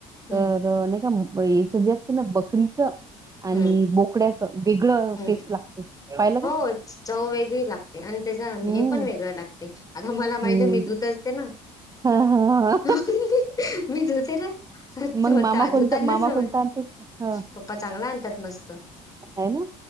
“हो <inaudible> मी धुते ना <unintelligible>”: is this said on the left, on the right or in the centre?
Left